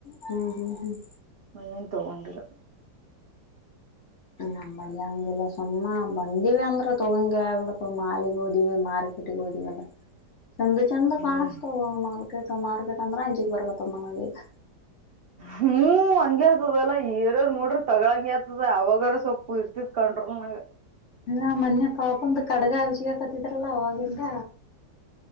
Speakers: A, on the left; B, on the right.
A: ಹ್ಮ್ ಹ್ಮ್ ಹ್ಮ್
B: ಹೂ ತಗೊಂಡಿರು
A: ನಮ್ಮಲ್ಲಿ ಹಂಗಿಲ್ಲ ಸುಮ್ಮ ಬಂದಿವಿ ಅಂದ್ರ ತೊಗೊಂಡ ಆಗಬಿಡ್ತು ಮಾಲ್ <unintelligible> ಮಾರ್ಕೆಟ ಇಟ್ಟಬೋದ ಏನ ಚೆಂದ ಚೆಂದ
B: ಹ್ಮ್
A: ಕಾಣಿಸತವ ಮಾರ್ಕೆಟ್ ಮಾರ್ಕೆಟ್ ಅಂದ್ರ ಅಂಜಿಕ್ ಬರ್ಗತ್ತವ ನಮಗ ಈಗ
B: ಹ್ಮ್ ಹಂಗೆ ಆತದಲ್ಲಾ ಏನೇನ್ ನೋಡ್ರ ತಗೊಳಂಗೆ ಆತದ ಅವಾಗಾರ ಸ್ವಲ್ಪ ಇರ್ತಿತ್ ಕಂಟ್ರೋಲ್ನಗ
A: ಇಲ್ಲ ಮನ್ನೆ ಪಾಪಂದು ಕಡಗ ಹಜಿಕತ್ತಿದ್ರಲ್ಲ ಅವಗಿಂದ